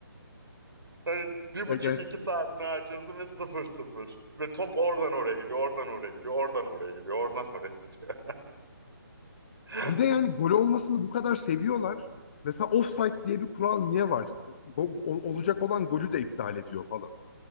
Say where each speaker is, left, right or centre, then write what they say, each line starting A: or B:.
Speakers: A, on the right; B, on the left.
A: Hani bir buçuk
B: Ya ger-
A: iki saatini harcıyorsun ve sıfır sıfır. Ve top oradan oraya gidiyor, oradan oraya gidiyor, oradan oraya gidiyor, oradan oraya gidiyor. <laughs>
B: Bir de yani gol olmasını bu kadar seviyorlar. Mesela offside diye bir kural niye var? Go- o- olacak olan golü de iptal ediyor falan.